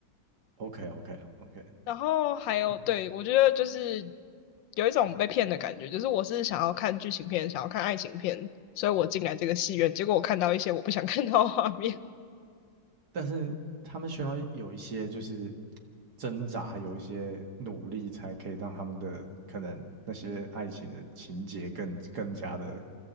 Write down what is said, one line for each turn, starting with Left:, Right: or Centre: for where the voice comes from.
Right: OK OK OK，
Left: 然后还有，
Right: 嗯，
Left: 对，我觉得就是有一种被骗的感觉，就是我是想要看剧情片，想要看爱情片，所以我进来这个戏院，结果我看到一些我不想看到的画面。<laughs>
Right: 但是他们需要有一些就是挣扎，有一些努力，才可以让他们的可能那些爱情的情节更更加的